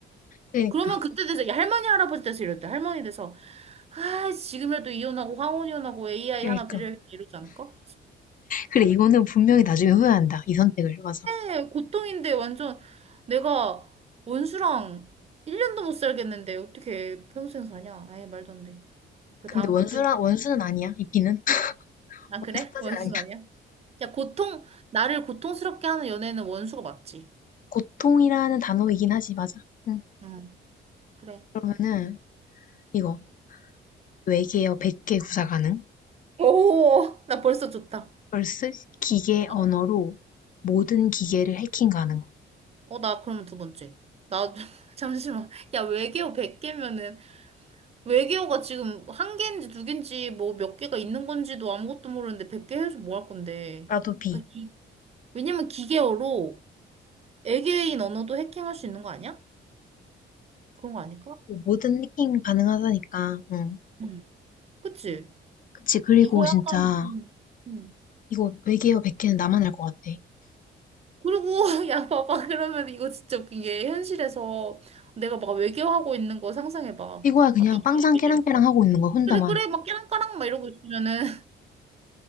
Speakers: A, on the left; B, on the right.
A: 그니까,
B: 그러면 그때 돼서, 야, 할머니, 할아버지 돼서 이럴 때, 할머니 돼서, 아, 지금이라도 이혼하고, 황혼 이혼하고, AI
A: 그니까.
B: 하나 드려야겠다, 이러지 않을까?
A: 그래, 이거는 분명히 나중에 후회한다. 이 선택을. 맞아.
B: 네, 고통인데, 완전, 내가 원수랑 1년도 못 살겠는데, 어떻게 평생 사냐? 에이, 말도 안 돼. 그
A: 근데
B: 다음
A: 원수라,
B: 것도 있어.
A: 원수는 아니야, 이끼는. <laughs>
B: 아,
A: 원수
B: 그래?
A: 따는
B: 원수는
A: <laughs> 아니야.
B: 아니야? 야, 고통, 나를 고통스럽게 하는 연애는 원수가 맞지.
A: 고통이라는 단어이긴 하지, 맞아. 응.
B: 응, 그래.
A: 그러면은, 이거. 외계어 100개 구사 가능.
B: 오, 나 벌써 좋다.
A: vs 기계
B: 어.
A: 언어로 모든 기계를 해킹 가능.
B: 어, 나 그러면 두 번째. 나, <laughs> 잠시만. 야, 외계어 100개면은, 외계어가 지금 한 개인지 두 개인지 뭐 몇 개가 있는 건지도 아무것도 모르는데 100개 해서 뭐 할 건데.
A: 나도 B.
B: 나 기, 왜냐면 기계어로 외계인 언어도 해킹할 수 있는 거 아니야? 그런 거 아닐까?
A: 뭐 모든 해킹 가능하다니까. 응.
B: 응. 그치?
A: 그치, 그리고
B: 이걸
A: 진짜,
B: 약간, 음, 음.
A: 이거 외계어 100개는 나만 알 것 같아.
B: 그리고, <laughs> 야, 봐봐. 그러면 이거 진짜 웃긴 게, 현실에서 내가 막 외계어 하고 있는 거 상상해봐.
A: 이거야 그냥
B: 막 삐삐삐삐.
A: 빵상 깨랑깨랑 하고 있는 거 혼자만
B: 그래, 그래. 막 깨랑까랑 막 이러고 있으면은,